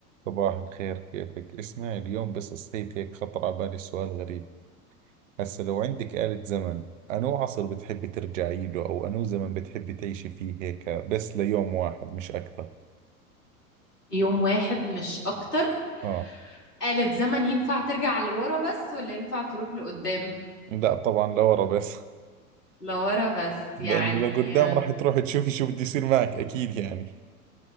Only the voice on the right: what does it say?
صباح الخير كيفك؟ اسمعي اليوم بس صحيت هيك خطر على بالي سؤال غريب هسا لو عندك آلة زمن أنو عصر بتحبي ترجعي له أو أنو زمن بتحبي تعيشي فيه هيك بس ليوم واحد مش أكثر
آه
لا طبعا لورا بس
<laughs> لأنه
لقدام
راح تروح تشوفي شو بده يصير معك أكيد يعني